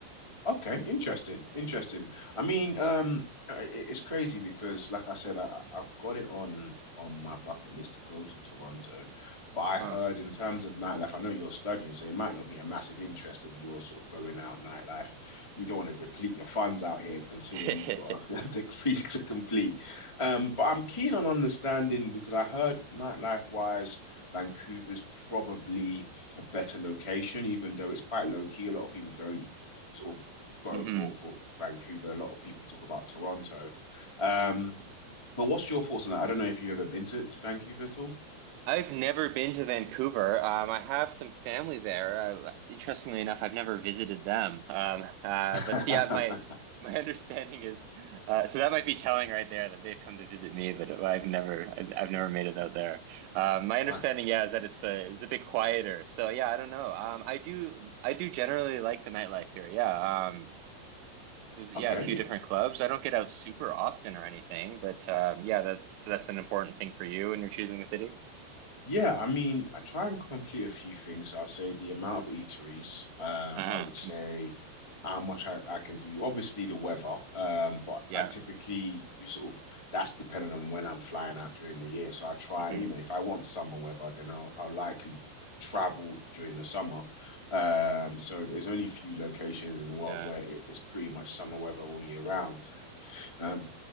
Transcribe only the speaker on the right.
Uh.
<laughs>
hmm
I've never been to Vancouver. Um, I have some family there. Uh, interestingly enough, I've never visited them. Um, uh,
but yeah, my my <laughs> understanding is uh, so that might be telling right there that they've come to visit me, but I've never I've, I've never made it out there. Um, my understanding,
yeah, is that it's a it's a bit quieter. So yeah, I don't know. Um, I do I do generally like the nightlife here. Yeah. Um, there's yeah
a few different clubs. I don't get out super often or anything, but um, yeah, that's so that's an important thing for you when you're choosing a city.
Uh-huh.
Yeah.
hmm
Yeah,